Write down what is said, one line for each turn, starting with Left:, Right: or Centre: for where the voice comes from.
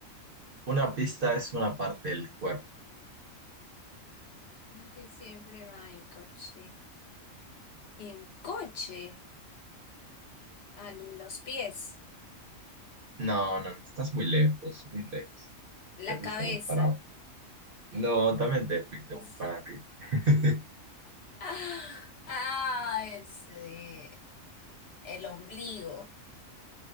Right: Una pista es una parte del cuerpo.
Left: Una que siempre va en coche. En coche, a los pies,
Right: No, no, no, estás muy lejos, muy lejos.
Left: la
Right: Te fuiste
Left: cabeza.
Right: muy para abajo. No, también te fuiste
Left: Es-
Right: muy para arriba. <laughs>
Left: <laughs> Ah, ah, ese, el ombligo. <laughs>